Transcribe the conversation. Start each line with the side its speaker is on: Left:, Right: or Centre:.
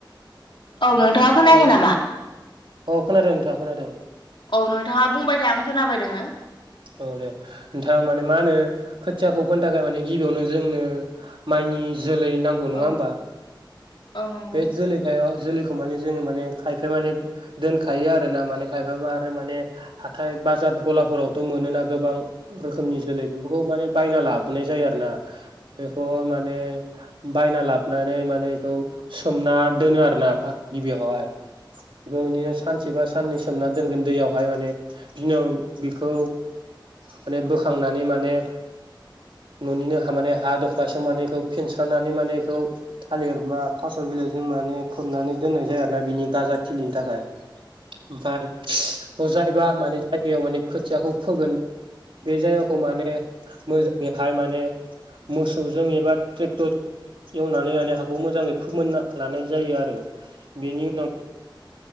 Left: औ नोंथाङा खोनायाखै
Right: हेल'
Left: नामा?
Right: अ खोनादों नोंथां खोनादों।
Left: औ नोंथाङा बुंबाय था आं खोनाबाय दोङो।
Right: औ दे नोंथां माने मा होनो खोथियाखौ फोननो थाखाय माने गिबियावनो जोंनो माइनि जोलै नांगौ नङा
Left: औ
Right: होमबा?
Left: औ औ नंगौ
Right: बे जोलैखायाव जोलैखौ माने जोङो माने खायफाया माने दोनखायो आरो ना माने खायफाबा आरो माने हाथाय बा जार गलाफोराव मोना गोबां रोखोमनि जोलै बेफोरखौ माने बायना लाबोनाय जायो आरोना बेखौ माने बायना लाबोनानै माने बेखौ सोमना दोनो आरो ना आफा गिबियावहाय बे बिदिनो सानसे बा साननै सोमना दोनगोन दैयावहाय माने बिनाव बेखौ माने बोखांनानै माने न'निनो हा माने हा दख्लासेयाव माने बेखौ फेनस्रनानै माने बेखौ थालिर बा थास' बिलाइजों माने खोबनानै दोननाय जायो आरो ना बिनि गाजा खिलिनि थाखाय। ओमफ्राय अजायबा माने जायगायाव माने खोथियाखौ फोगोन बे जायगा खौ माने मोजाङैहाय माने मोसौजों एबा ट्रेक्टर एवनानै माने हाखौ मोजाङै फोमोनना लानाय जायो आरो बेनि उनाव